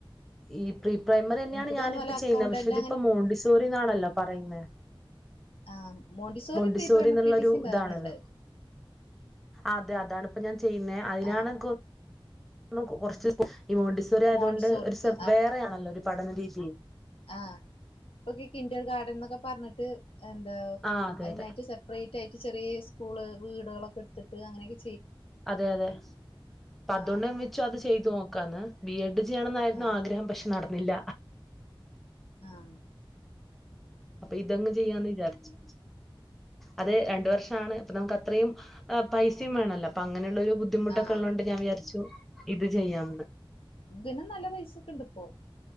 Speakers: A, in the centre; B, on the left.
A: ഈ പ്രീ പ്രൈമറിന്നെയാണ്
B: എനിക്ക് തോന്നുന്നു
A: ഞാനിപ്പ
B: വല്ല അക്കൗണ്ടന്റ്
A: ചെയ്യ്ന്നെ പക്ഷെ ഇതിപ്പോ മോണ്ടിസോറിന്നാണല്ലോ പറയുന്നെ
B: ആഹ് മോണ്ടിസോറിം
A: മോണ്ടിസോറിന്നുള്ളൊരു
B: പ്രീ പ്രൈമറി ടി ടി സി വേറണ്ട്
A: ഇതാണല്ലോ അതെ അതാണ് ഇപ്പ ഞാൻ ചെയ്യുന്നേ അതിനാണ്ന്കൊ
B: ആ
A: ന്നും കൊറ്ച് ഈ മോണ്ടിസോറി ആയതോണ്ട്
B: മോണ്ടിസോറിക്ക്
A: ഒര്സം വേറെയാണല്ലോ ഒരു പഠന രീതി
B: ആഹ് ഇപ്പൊകി കിന്റർ ഗാർഡൻ എന്നൊക്കെ പർഞ്ട്ട് എന്താ
A: ആ അതെ
B: അതിനതിനായിട്ട്
A: അതെ
B: സെ സപ്പറേറ്റ് ആയിട്ട് ചെിറിയ സ്കൂൾ വീടാളൊക്കെ ഇട്ത്ത്ട്ട് അങ്ങനെക്കെ
A: അതെ അതെ പതോണ്ടമി
B: ആ
A: ചൊ അത് ചെയ്ത് നോക്കാന്ന് ബി എഡ് ചെയ്യണം ന്നായിരുന്നു
B: ആ
A: ആഗ്രഹം പക്ഷെ നടന്നില്ല
B: ആഹ്
A: അപ്പയിതങ്ങ് ചെയ്യാന്ന് വിജാര്ച്ച് അത് രണ്ട് വർഷാണ് അപ്പ നമക്ക് അത്രയും ഏഹ് പൈസിം വേണല്ലോ അപ്പ അങ്ങനെള്ളൊരു ബുദ്ധി ബുദ്ധിമുട്ടൊക്കൊള്ളോണ്ട്
B: ആ
A: ഞാൻ വിചാരിച്ചു ഇത് ചെയ്യാംന്ന്
B: ഇതിനും നല്ല പൈസക്കെണ്ട്പ്പോ